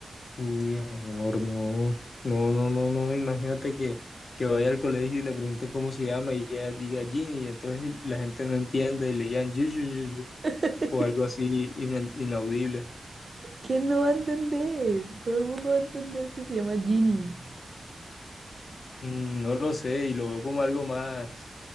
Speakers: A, on the left; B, on the right.
A: Uy, amor, no. No, no, no, no. Imagínate que, que vaya al colegio y le pregunten cómo se llama y ella diga Ginny, y entonces la gente no entiende y le digan yu, yu, yu, yu,
B: <laughs>
A: o algo así ina- inaudible.
B: ¿Quién no va a entender? Todo el mundo va a entender que se llama Ginny.
A: Mm, no lo sé, y lo veo como algo más,